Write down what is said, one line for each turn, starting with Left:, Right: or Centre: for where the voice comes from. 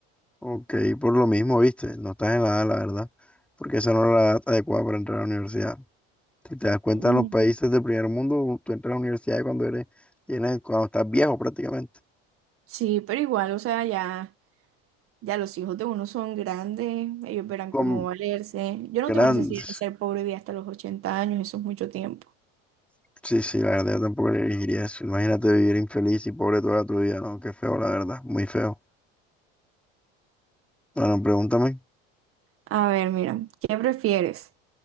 Centre: ok, por lo mismo, viste. No estás en la edad, la verdad. Porque esa no es la edad adecuada para entrar a la universidad. Si te das cuenta,
Right: Mm.
Centre: en los países del primer mundo, tú entras a la universidad cuando eres, tienes, cuando estás viejo prácticamente.
Right: Sí, pero igual, o sea, ya, ya los hijos de uno son grandes, ellos verán
Centre: Con
Right: cómo valerse. Yo
Centre: grandes.
Right: no tengo necesidad de ser pobre y vivir hasta los 80 años, eso es mucho tiempo.
Centre: Sí, sí, la verdad yo tampoco elegiría eso. Imagínate vivir infeliz y pobre toda tu vida, ¿no? Qué feo, la verdad, muy feo. Bueno, pregúntame.
Right: A ver, mira, ¿qué prefieres?